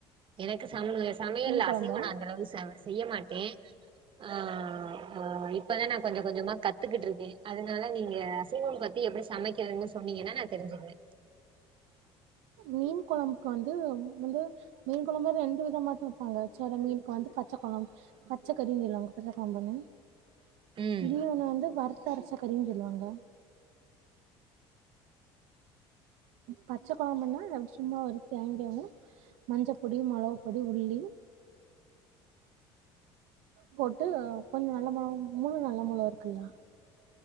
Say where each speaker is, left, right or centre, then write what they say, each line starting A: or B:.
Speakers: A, on the right; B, on the right.
A: எனக்கு ஸ் சமைய சமையல்ல
B: மீன் கொழம்பா
A: அசைவோ நா அந்த அளவு சவ் செய்யே மாட்டே ஆஹ் அ இப்பதா நா கொஞ்சோ கொஞ்சமா கத் கத்துக்கிட்டுருக்கே அதனால நீங்க அசைவோ பத்தி எப்டி சமைக்கிறதுன்னு சொன்னீங்கனா நா தெரிஞ்சுக்குவே
B: மீன் கொழம்புக்கு வந்து வந்து மீன் கொழம்பு ரெண்டு விதமாட்டு வெப்பாங்க செல மீனுக்கு வந்து பச்ச கொழம் பச்சக்கறி <unintelligible> கொழம்புன்னு
A: ம்
B: இன்னொன்னு வந்து வருத்த அரெச்சக்கறின் சொல்வாங்க பச்ச கொழம்புன்னா சும்மா ஒரு தேங்காவு மஞ்சப் பொடி மொளவு பொடி உள்ளி போட்டு கொஞ்சோ நல்ல மொளக் முழு மொளா மொளாகாருக்குல்ல